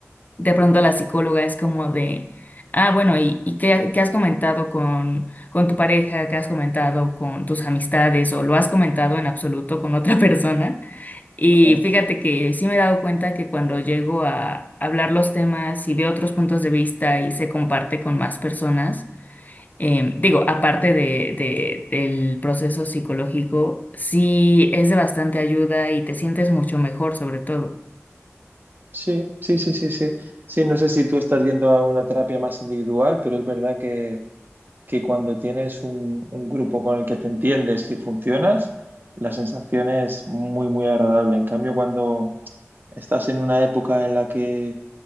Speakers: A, on the left (about 35°); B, on the right (about 45°).
A: de pronto la psicóloga es como de, ah, bueno, ¿y, y qué, qué has comentado con, con tu pareja? ¿Qué has comentado con tus amistades? ¿O lo has comentado en absoluto con otra <laughs> persona? Y
B: Claro.
A: fíjate que sí me he dado cuenta que cuando llego a hablar los temas y veo otros puntos de vista y se comparte con más personas, eh, digo, aparte de, de- del proceso psicológico, sí es de bastante ayuda y te sientes mucho mejor sobre todo.
B: Sí, sí, sí, sí, sí. Sí, no sé si tú estás yendo a una terapia más individual, pero es verdad que, que cuando tienes un, un grupo con el que te entiendes y funcionas, la sensación es muy, muy agradable. En cambio, cuando estás en una época en la que